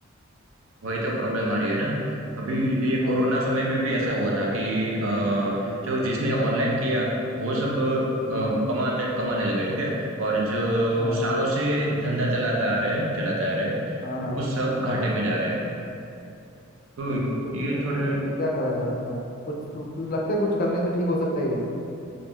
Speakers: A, on the right; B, on the left.
A: वही तो प्रॉब्लम आ रही है ना अभी ये
B: हाँ
A: कोरोना समय में भी ऐसा हुआ था कि अ, जो जिसने ऑनलाइन किया वो सब अ,
B: हाँ
A: कमाते कमाने लगे ठीक है और जो
B: हाँ
A: सालों से एक धंधा चलाता आ रहे हैं चलाता आ रहे हैं
B: हाँ हाँ
A: वो सब
B: हाँ
A: घाटे में जा रहे हैं तो
B: यार यही तो दिक्कत
A: ये थोड़े
B: है अब तो क्या करा जा सकता है कुछ तु, तुझे लगता है कुछ करने से ठीक हो सकता ही है